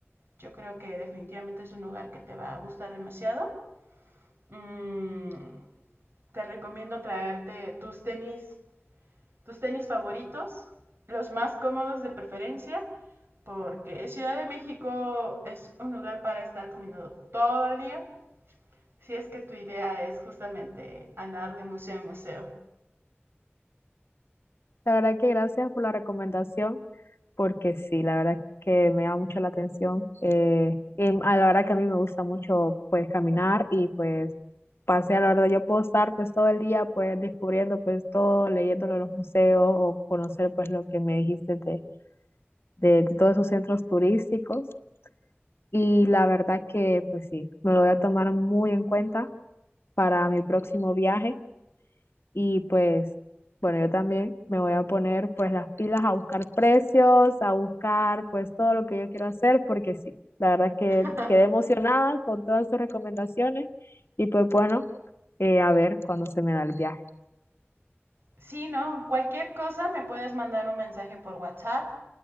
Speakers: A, on the right; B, on the left.
A: Yo creo que definitivamente es un lugar que te va a gustar demasiado mm, te recomiendo traerte tus tenis, tus tenis favoritos, los más cómodos de preferencia, porque Ciudad de México es un lugar para estar caminando todo el día, si es que tu idea es justamente andar de museo en museo.
B: La verdad que gracias por la recomendación, porque sí, la verdad que me llama mucho la atención. Eh, y a la verdad que a mí me gusta mucho pues caminar y pues pasear, la verdad yo puedo estar pues todo el día pues descubriendo pues todo, leyéndolo en los museos o conocer pues lo que me dijiste de, de, de todos esos centros turísticos. Y la verdad que pues sí, me lo voy a tomar muy en cuenta para mi próximo viaje. Y pues, bueno, yo también me voy a poner pues las pilas a buscar precios, a buscar pues todo lo que yo quiero hacer, porque sí, la verdad que
A: <laughs>
B: quedé emocionada con todas sus recomendaciones y pues bueno, eh, a ver cuándo se me da el viaje.
A: sí, no, cualquier cosa me puedes mandar un mensaje por WhatsApp.